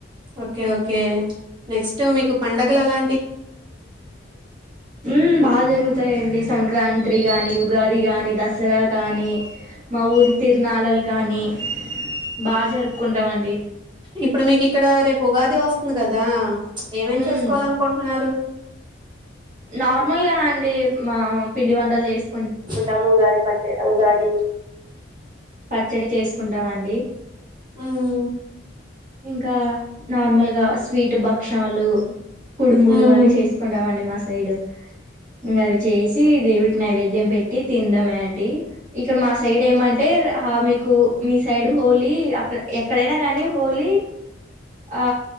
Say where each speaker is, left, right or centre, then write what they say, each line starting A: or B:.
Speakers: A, on the right (about 25°); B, on the right (about 40°).
A: ఓకే ఓకే నెక్స్ట్ మీకు పండగలు ఎలా
B: ఉమ్ బాగా జరుగుతాయండి సంక్రాంతి గాని ఉగాది గాని దసరా గాని మా ఊర్లు తిరనాలు కాగాని బాగా జరుపుకుంటాం అండి
A: ఇప్పుడు మీకిక్కడ రేపు ఉగాది వస్తుంది కదా ఏమేం
B: మ్
A: చేసుకోవాలనుకుంటున్నారు
B: నార్మల్గా అండి మా పిండి వంటలు చేసు
A: కుంటాము ఉగాది పచ్చ ఉగాది
B: పచ్చడి చేసుకుంటాం అండి
A: హ్మ్
B: ఇంకా నార్మల్గా స్వీట్ భక్షాలు కుడుములు
A: హ్మ్
B: అని చేసుకుంటామండి మా సైడ్ ఇంకా అవి చేసి దేవుడికి నైవేద్యం పెట్టి తినడమే అండి ఇక మా సైడ్ ఏమం టే హ మీకు మీ సైడ్ హోలీ అక్కడ ఎక్కడైనా కానీ హోలీ ఆ